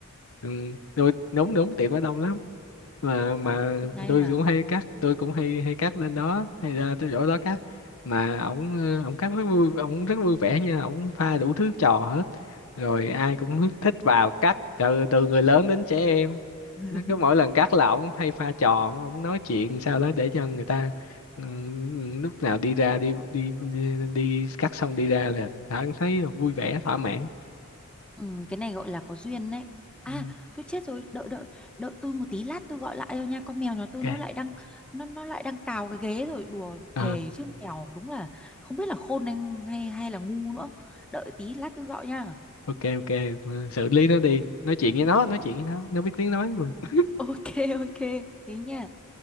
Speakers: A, on the left (about 70°); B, in the centre.
A: Ừ, rồi đúng đúng tiệm ở đông lắm mà
B: trời
A: mà
B: biết ngay
A: tôi
B: mà
A: cũng hay cắt tôi cũng hay hay cắt lên đó hay ra tới chỗ đó cắt mà ổng ờ, ổng cắt rất vui ổng rất vui vẻ nha ổng pha đủ thứ trò hết rồi ai cũng thích vào cắt từ từ người lớn đến trẻ em
B: <laughs>
A: cứ mỗi lần cắt là ổng hay pha trò ổng ổng nói chuyện sao đó để cho người ta ừ, lúc nào đi ra đi đi đi, đi cắt xong đi ra là đã thấy vui vẻ thỏa mãn
B: ừ, cái này gọi là có duyên đấy à
A: Ừ,
B: tôi chết rồi đợi đợi đợi tôi một tí lát tôi gọi lại cho nha con mèo nhà tôi
A: ok
B: nó lại đang nó nó lại đang cào cái ghế rồi đùa
A: à,
B: thề chứ mèo đúng là không biết là khôn hay hay, hay là ngu nữa đợi tí lát tôi gọi nha
A: ok ok Ừ, xử lý nó đi nói chuyện với nó nói chuyện với nó nó biết tiếng nói mà
B: ok ok thế nha